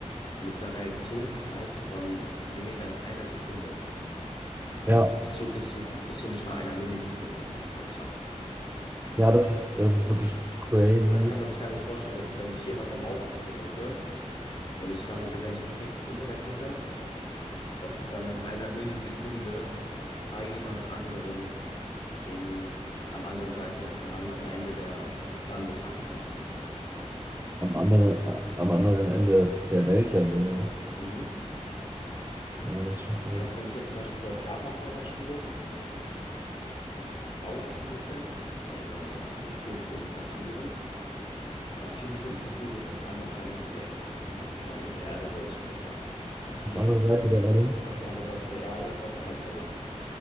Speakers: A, on the left; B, on the right.
A: mit einer Reaktionszeit von weniger als einer Sekunde.
B: Ja,
A: Also bis zu, bis zu, bis zu nicht mal einer Millisekunde. Das ist halt krass.
B: ja, das ist, das ist wirklich crazy.
A: Das kann man sich gar nicht vorstellen, dass wenn ich hier meine Maustaste drücke und ich sagen will, wenn ich perfektes Internet hätte, dass es dann in einer Millisekunde bei jemand anderem in, am anderen Seite, am anderen Ende der, des Landes ankommt. Das ist halt krass.
B: Am anderen, am anderen Ende der Welt ja sogar.
A: Mhm.
B: Ja, das ist schon verrückt.
A: Also wenn ich jetzt zum Beispiel so auf Japan-Servern spiele, dann dauert es ein bisschen. Also dann habe ich so vier Sekunden Verzögerung. Aber vier Sekunden Verzögerung auf einem anderen Planeten der, auf einem anderen Planeten der Erde, wollte ich schon fast sagen. Auf die,
B: Auf der anderen Seite
A: <laughs>
B: der Erde.
A: auf die andere Seite der Erde, das ist halt verrückt.